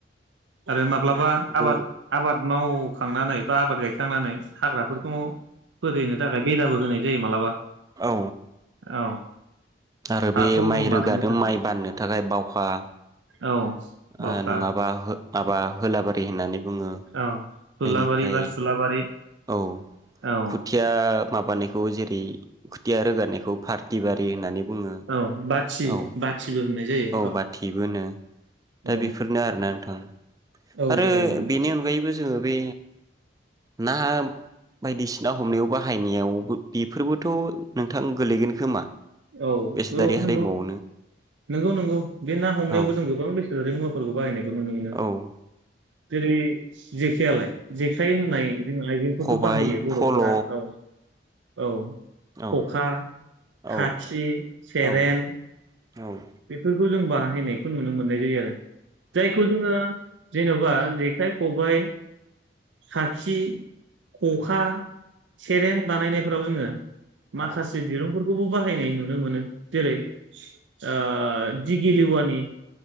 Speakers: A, on the right; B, on the right.
A: आरो माब्लाबा
B: दा बेफोरखौबो
A: आबाद आबाद मावखांनानै बा आबाद गायखां थांनानै हाग्राफोरखौ
B: औ
A: फोदैहैनो थाखाय बे बदाबो होनाय जायो मालाबा
B: औ
A: औ
B: आरो
A: हाखौ
B: बे
A: गुरुं
B: माइ
A: बानायनो
B: रोगादों
A: थाखाय
B: माइ बान्नो थाखाय बावखा
A: औ बावखा
B: ओ नङाबा माबा होलाबारि होननानै बुङो
A: औ
B: बेनिफ्राय
A: थलाबारि बा सुलाबारि
B: औ
A: औ
B: खुथिया ओ माबानायखौ जेरै खुथिया रोगानायखौ पार्टि बारि होननानै बुङो
A: औ बाथि
B: औ
A: बाथिबो होननाय जायो
B: औ बाथिबो दा
A: औ
B: बेफोरनो आरोना नोंथां।
A: औ
B: आरो
A: औ नंगौ
B: बेनि अनगायैबो जोङो बै ना बायदिसिना हमनायाव बाहायनायाव बेफोरबोथ' नोंथां गोलैगोन खोमा?
A: औ
B: बेसादारि
A: औ
B: हारिमुआवनो
A: नंगौ नंगौ नंगौ बे ना हमनायावबो
B: औ
A: जों गोबां बेसेनारि मुवाफोरखौ बाहायनायखौ नुनो मोनो।
B: औ
A: जेरै जेखयालाय जेखाइ होननाय जोंना आइजेंखौथ'
B: खबाइ
A: बाहायो बर'फोरा
B: फल'
A: औ औ
B: औ
A: खखा खाखि
B: औ
A: सेरेन
B: औ औ
A: बेफोरखौ जों बाहायनायखौ नुनो मोननाय जायो आरो। जायखौ जोङो जेन'बा जेखाइ खबाइ खाखि खखा सेरेन बानायनायफोराव जोङो माखासे
B: औ
A: दिरुं खौबो बाहायनाय नुनो मोनो जेरै ओ दिगिलिवानि